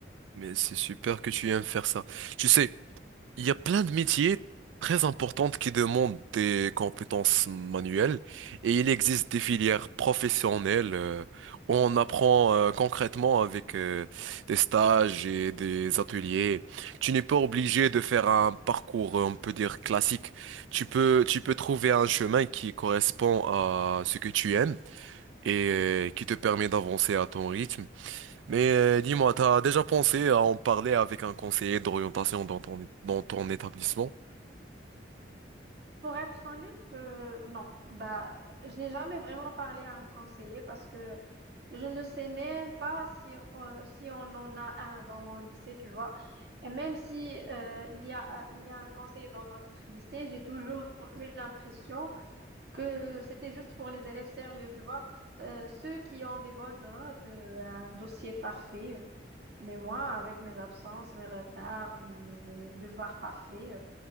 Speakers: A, on the right; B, on the right.
A: Mais c'est super que tu aimes faire ça. Tu sais, il y a plein de métiers très importants qui demandent des compétences manuelles et il existe des filières professionnelles euh, où on apprend euh, concrètement avec euh, des stages et des ateliers. Tu n'es pas obligé de faire un parcours, euh, on peut dire, classique. Tu peux, tu peux trouver un chemin qui correspond à ce que tu aimes et euh, qui te permet d'avancer à ton rythme. Mais euh, dis-moi, t'as déjà pensé à en parler avec un conseiller d'orientation dans ton, dans ton établissement?
B: Pour être honnête, euh, non. Bah, je n'ai jamais vraiment parlé à un conseiller parce que je ne sais même pas si, euh, si on en a un dans mon lycée, tu vois. Et même si euh, il y a, il y a un conseiller dans notre lycée, j'ai toujours eu l'impression que c'était juste pour les élèves sérieux, tu vois. Euh, ceux qui ont des bonnes notes, euh, un dossier parfait. Mais moi, avec mes absences, mes retards, mes devoirs pas faits, euh,